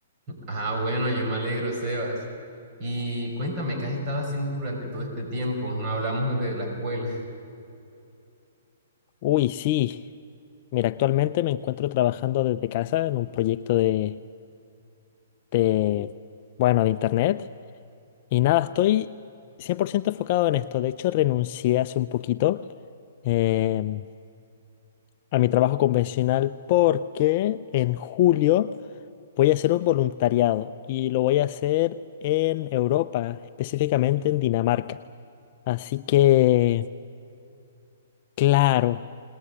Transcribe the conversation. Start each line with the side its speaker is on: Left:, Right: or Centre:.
Right: Ah, bueno, yo me alegro, Sebas. Y cuéntame, ¿qué has estado haciendo durante todo este tiempo? No hablamos desde la escuela.
Left: Uy, sí. Mira, actualmente me encuentro trabajando desde casa en un proyecto de, de, bueno, de internet. Y nada, estoy 100% enfocado en esto. De hecho, renuncié hace un poquito em, a mi trabajo convencional porque en julio Voy a hacer un voluntariado y lo voy a hacer en Europa, específicamente en Dinamarca. Así que, claro.